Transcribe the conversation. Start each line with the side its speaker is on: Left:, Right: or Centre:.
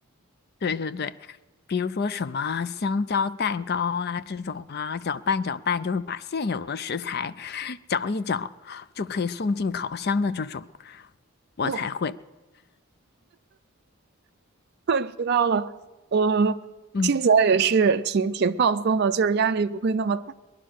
Left: 对对对，比如说什么香蕉蛋糕啊这种啊，搅拌搅拌，就是把现有的食材搅一搅就可以送进烤箱的这种，我才会。
Right: 哦，<laughs> 我知道了，我听起来也是挺挺放松的，
Left: 嗯。
Right: 就是压力不会那么大。